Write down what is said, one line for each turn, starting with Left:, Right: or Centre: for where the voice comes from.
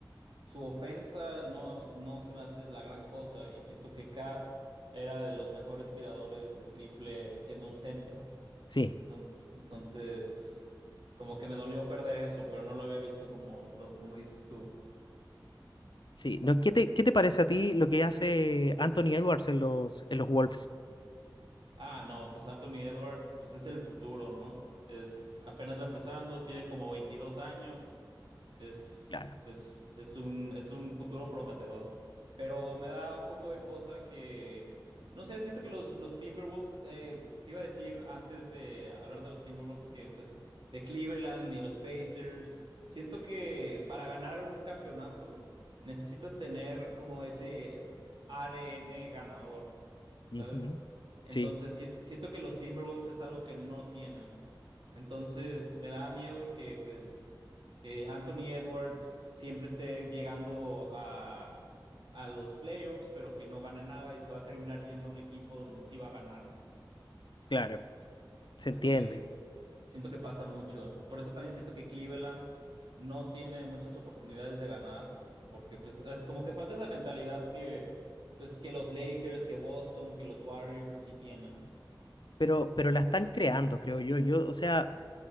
Right: su ofensa no, no se me hace la gran cosa. Y siento que Cat era de los mejores tiradores de triple siendo un centro.
Left: Sí.
Right: Entonces, entonces, como que me dolió perder eso, pero no lo había visto como, lo, como dices tú.
Left: Sí, no, ¿qué te, qué te parece a ti lo que hace Anthony Edwards en los, en los Wolves?
Right: Ah, no, pues Anthony Edwards, pues es el futuro, ¿no? Es apenas va empezando, tiene como 22 años, es,
Left: Claro.
Right: es, es un, es un futuro prometedor. Pero me da un poco de cosa que, no sé, siento que los, los Timberwolves, eh, te iba a decir antes de hablar de los Timberwolves que, pues, de Cleveland y los Pacers, siento que para ganar un campeonato necesitas tener como ese ADN ganador, ¿sabes?
Left: Ujú.
Right: Entonces,
Left: Sí,
Right: si- siento que los Timberwolves es algo que no tienen. Entonces, me da miedo que, pues, eh, Anthony Edwards siempre esté llegando a, a los playoffs, pero que no gane nada y se va a terminar yendo a un equipo donde sí va a ganar.
Left: claro, se
Right: Es
Left: entiende.
Right: lo que es- siento que pasa mucho. Por eso también siento que Cleveland no tiene muchas oportunidades de ganar, porque, pues, es como que falta esa mentalidad que, pues, que los Lakers, que Boston, que los Warriors sí tienen.
Left: Pero, pero la están creando, creo yo. Yo, o sea,